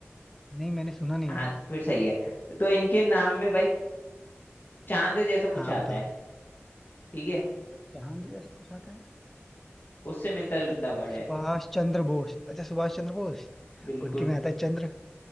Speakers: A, in the centre; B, on the left.
A: नहीं मैंने सुना नहीं
B: हाँ
A: यार
B: तो फिर सही है तो इनके नाम में भाई चांद जैसा
A: हाँ
B: कुछ आता
A: बताओ
B: है ठीक है
A: जहां दे ऐसा कुछ आता है
B: उससे मिलता जुलता
A: अच्छा,
B: वर्ड है
A: सुभाष चंद्र बोस अच्छा सुभाष चंद्र बोस
B: बिल्कुल
A: उनके में आता है चंद्र